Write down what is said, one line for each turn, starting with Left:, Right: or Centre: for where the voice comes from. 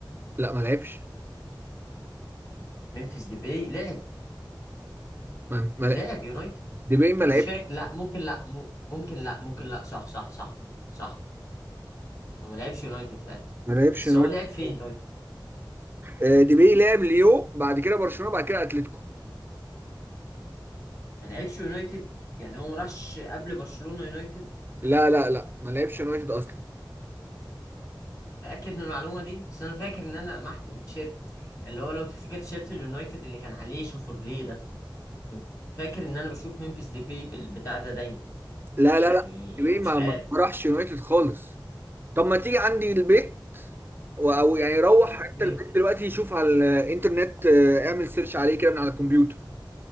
Right: لا ما لعبش
Left: ممفيس ديباي لعب
Right: ما ما
Left: لعب
Right: لع-
Left: يونايتد
Right: ديبي ما
Left: مش
Right: لعبش
Left: فاكر لا ممكن لا م- ممكن لا ممكن لا صح صح صح صح هو ما لعبش يونايتد فعلا
Right: ما لعبش
Left: بس
Right: يونايتد
Left: هو لعب فين طيب؟
Right: آه، ديبي لعب ليو بعد كده برشلونه بعد كده اتلتيكو
Left: ما لعبش يونايتد يعني هو ما راحش قبل برشلونة يونايتد
Right: لا لا لا ما لعبش يونايتد اصلا
Left: تأكد من المعلومة دي بس أنا فاكر إن أنا لمحته بتشيرت اللي هو لو تفتكر تيشيرت اليونايتد اللي كان عليه شوفورليه ده كنت فاكر ان انا بشوف ممفيس ديباي بالبتاع ده دايما
Right: لا
Left: يعني
Right: لا لا ديبي
Left: مش
Right: ما
Left: عارف
Right: ما راحش يونايتد خالص طب ما تيجي عندي البيت و- او يعني روح
Left: اوكي
Right: حتى البيت دلوقتي يشوف على الانترنت آه، اعمل سيرش عليه كده من على الكمبيوتر